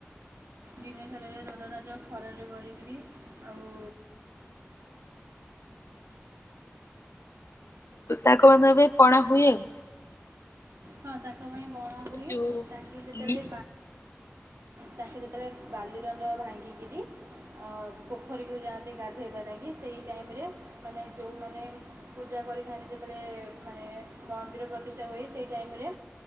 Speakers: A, on the right; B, on the left.
A: ଦିନସାରରେ ଦଣ୍ଡ ନାଚ ଖରାରେ କରିକରି ଆଉ
B: ତାକୁ ମ ପଣା ହୁଏ ଆଉ
A: ହଁ ତାଙ୍କ ପାଇଁ ବଳା ହୁଏ
B: ଏ ଯୋଉ
A: ତାଙ୍କୁ ଯେତେବେଳେ
B: ଲି
A: ତାଙ୍କେ ଯେତେବେଳେ ବାଲି ଦଣ୍ଡ ଭାଙ୍ଗିକିରି ପୋଖରୀକୁ ଯାଆନ୍ତି ଗାଧୋଇବା ଲାଗି, ସେଇ ଟାଇମରେ ମାନେ ଯୋଉଁମାନେ ପୂଜା କରିଥାନ୍ତି ଯେତେବେଳେ ମାନେ ମନ୍ଦିର ପ୍ରତିଷ୍ଠା ହୁଏ ସେଇ ଟାଇମରେ